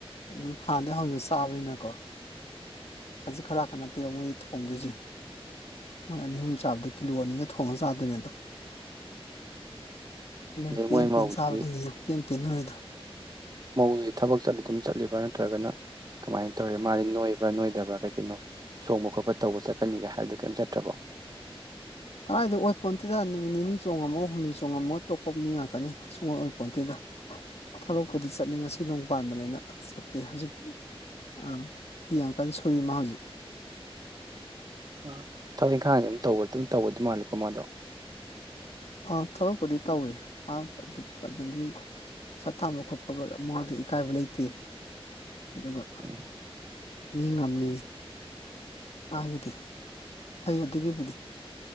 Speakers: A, on the left (about 80°); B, on the right (about 40°).
A: ꯑꯗꯨꯝ ꯍꯥꯟꯅꯗꯩ ꯍꯧꯅ ꯆꯥꯕꯅꯤꯅꯀꯣ ꯈꯖꯤꯛ ꯈꯥꯔꯥꯛꯀ ꯅꯠꯇꯦ ꯃꯣꯏꯗꯤ ꯊꯣꯡꯗꯨꯏꯖꯦ ꯃꯣꯏ ꯑꯅꯤ ꯑꯍꯨꯝ ꯆꯥꯕꯗ ꯀꯤꯂꯣ ꯑꯅꯤꯒ ꯊꯣꯡꯉꯥ ꯆꯥꯗꯨꯏꯅꯦ ꯑꯗꯣ ꯑꯗꯨꯟ
B: ꯑꯗꯩ
A: ꯄꯦꯟ
B: ꯃꯣꯏ
A: ꯄꯦꯟ
B: ꯃꯧꯗꯨꯗꯤ
A: ꯆꯥꯕꯗꯨꯒꯤꯅꯦ ꯄꯦꯟ ꯄꯦꯟ ꯅꯣꯏꯔꯤꯗꯣ
B: ꯃꯧꯗꯨꯗꯤ ꯊꯕꯛ ꯆꯠꯂꯤ ꯑꯗꯨꯝ ꯆꯠꯂꯤꯕ꯭ꯔꯥ ꯅꯠꯇ꯭ꯔꯒꯅ ꯀꯃꯥꯏꯟ ꯇꯧꯔꯦ ꯃꯥꯗꯤ ꯅꯣꯏꯕ꯭ꯔꯥ ꯅꯣꯏꯗꯕ꯭ꯔꯥ ꯀꯩ ꯀꯩꯅꯣ ꯆꯣꯡꯕ ꯈꯣꯠꯄ ꯇꯧꯕ ꯆꯠꯀꯅꯤꯒ ꯍꯥꯏꯗꯨ ꯀꯩꯝ ꯆꯠꯇ꯭ꯔꯕꯣ
A: ꯀꯗꯥꯥꯏꯗꯒꯤ ꯑꯣꯏ ꯄꯣꯟꯇꯦꯗ ꯅꯨꯃꯤꯠ ꯅꯤꯅꯤ ꯆꯣꯡꯉꯝꯃꯣ ꯍꯨꯝꯅꯤ ꯆꯣꯡꯉꯝꯃꯣ ꯇꯣꯛꯄ ꯃꯤ ꯉꯥꯛꯇꯅꯤ ꯁꯨꯛꯑꯣꯏ ꯑꯣꯏ ꯄꯣꯟꯇꯦꯗ ꯊꯕꯛꯄꯨꯗꯤ ꯆꯠꯅꯤ ꯉꯁꯤ ꯅꯣꯡꯃ ꯄꯥꯟꯕꯅꯦꯅ ꯆꯠꯇꯦ ꯍꯖꯤꯛ ꯑꯥ ꯐꯤ ꯌꯥꯝ ꯀꯟ ꯁꯨꯔꯤ ꯃꯥ ꯍꯨꯖꯤꯛ
B: ꯎꯝ ꯊꯕꯛ ꯏꯪꯈꯥꯡꯗꯤ ꯑꯗꯨꯝ ꯇꯧꯕ ꯑꯗꯨꯝ ꯇꯧꯕꯗꯤ ꯃꯥꯜꯂꯦꯀꯣ ꯃꯥꯗꯣ
A: ꯑꯥ ꯊꯕꯛꯄꯨꯗꯤ ꯇꯧꯋꯦ ꯃꯥ ꯑ ꯑꯗꯒꯤ ꯄꯩꯁꯥ ꯇꯥꯟꯕ ꯈꯣꯠꯄꯒ ꯃꯉꯣꯟꯗ ꯏꯀꯥꯏꯕ ꯂꯩꯇꯦ ꯑꯗꯨꯒ
B: ꯎꯝ
A: ꯃꯤ ꯉꯝꯃꯤ ꯃꯥꯒꯤꯗꯤ ꯑꯩ ꯑꯗꯨꯒꯤꯕꯨꯗꯤ